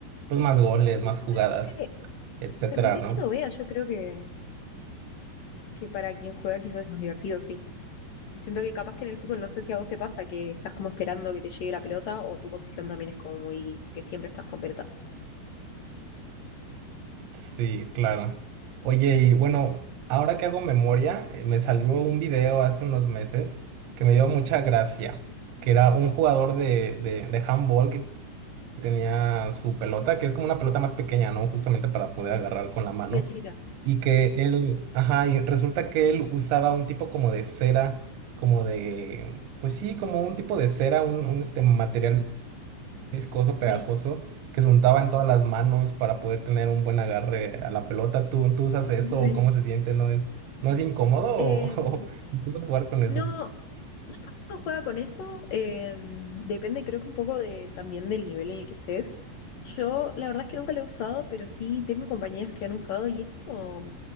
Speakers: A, on the right (about 80°); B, on the left (about 70°).
A: pues más goles,
B: Y
A: más jugadas,
B: depende,
A: etcétera,
B: depende
A: ¿no?
B: de quién lo vea, yo creo que que para quien juega quizás es más divertido, sí. Siento que capaz que en el fútbol, no sé si a vos te pasa que estás como esperando que te llegue la pelota o tu posición también es como muy, que siempre estás con pelota.
A: Sí, claro. Oye, y bueno, ahora que hago memoria, eh, me salió un video hace unos meses que me dio mucha gracia, que era un jugador de, de, de handball que tenía su pelota, que es como una pelota más pequeña, ¿no? Justamente para poder agarrar con la mano.
B: Sí, de chiquita.
A: Y que él, ajá, y resulta que él usaba un tipo como de cera, como de, pues sí, como un tipo de cera, un, un este material viscoso,
B: Sí,
A: pegajoso, que se untaba en todas las manos para poder tener un buen agarre a la pelota. ¿Tú, tú usas eso
B: <laughs> sí.
A: o cómo se siente? ¿No es, no es incómodo o,
B: Em,
A: <laughs> o cómo es jugar con eso?
B: No, no tanto juega con eso, eh, depende creo que un poco de, también del nivel en el que estés. Yo la verdad es que nunca lo he usado, pero sí tengo compañeras que han usado y es como,